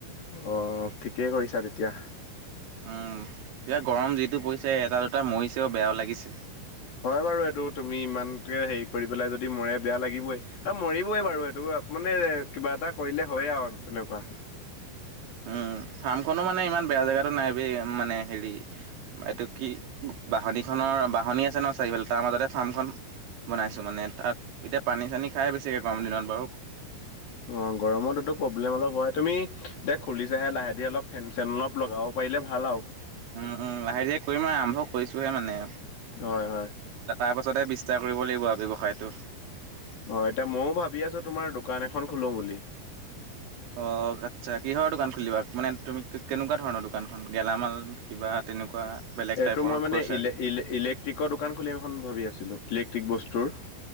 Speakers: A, on the left; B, on the right.
A: অ', ঠিকেই কৰিছা তেতিয়া।
B: উম এতিয়া গৰম যিটো পৰিছে এটা দুটা মৰিছেওঁ বেয়াওঁ লাগিছে।
A: হয় বাৰু এইটো তুমি ইমানকৈ হেৰি কৰি পেলাই যদি মৰে বেয়া লাগিবই। এ মৰিবই বাৰু সেইটো মানে কিবা এটা কৰিলে হয়ে আৰু তেনেকুৱা।
B: উম ফাৰ্মখনো মানে ইমান বেয়া জেগাতো নাই বে মানে হেৰি এইটো কি বাহনি খনৰ বাহনি আছে ন চাৰিওঁফালে তাৰ মাজতে ফাৰ্মখন বনাইছোঁ মানে তাত এতিয়া পানী-চানী খাই বেছিকে গৰম দিনত বাৰু।
A: অ', গৰমত এইটো প্ৰব্লেম অলপ হয় তুমি এতিয়া খুলি চাহে লাহে ধীৰে অলপ ফেন চেন অলপ লগাওঁ পাৰিলে ভাল আৰু।
B: উম উম। লাহে ধিৰে কৰিম আও আৰম্ভ কৰিছোহে মানে।
A: হয় হয়।
B: তাৰ পাছতে বিস্তাৰ কৰিব লাগিব আৰু ব্যৱসায়তো।
A: হয়, এতিয়া ময়ো ভাবি আছোঁ, তোমাৰ দোকান এখন খোলোঁ বুলি।
B: অ আচ্ছা কিহৰ দোকান খুলিবা মানে তুমি কেনেকুৱা ধৰণৰ দোকানখন গেলামাল! কিবা তেনেকুৱা বেলেগ
A: এইটো
B: টাইপৰ
A: মই মানে
B: গ্ৰ'চাৰী
A: ইলে ইলে ইলেক্ট্ৰিকৰ দোকান খুলিম এখন ভাবি আছিলো। ইলেক্ট্ৰিক বস্তুৰ